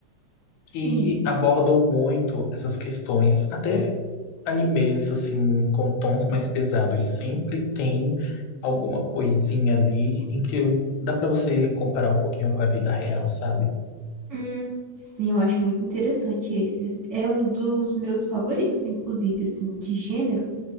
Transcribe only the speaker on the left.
que abordam muito essas questões. Até animes, assim, com tons mais pesados, sempre tem alguma coisinha ali em que dá pra você comparar um pouquinho com a vida real, sabe?